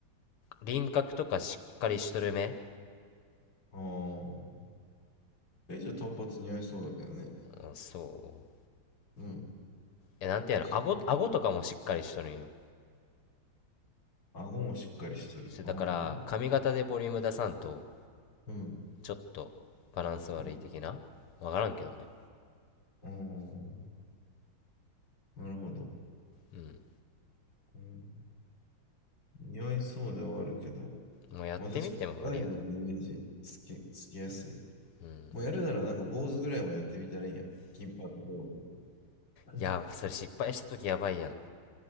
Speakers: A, on the left (about 80°); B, on the left (about 55°).
A: 輪郭とかしっかりしとる目
B: ああー。え、じゃあ単発似合いそうだけどね。
A: うんそう。
B: うん。
A: え、なんていうの、
B: 絶対
A: 顎、顎とかもしっかりしとるんよ。
B: 顎もしっかりしとる。
A: そうだから、
B: うん。
A: 髪型でボリューム出さんと、
B: うん。
A: ちょっとバランス悪い的なわからんけどね。
B: うんうん。なるほど。
A: うん。
B: うん。似合いそうではあるけど、
A: もうやってみてもありやな。
B: まあ確かに、ワイルドもイメージつき、つきやすい。
A: うん。
B: もうやるならなんか坊主ぐらいまでやってみたらいいやん。金髪坊主とか。<laughs>
A: いや、それ失敗した時やばいやん。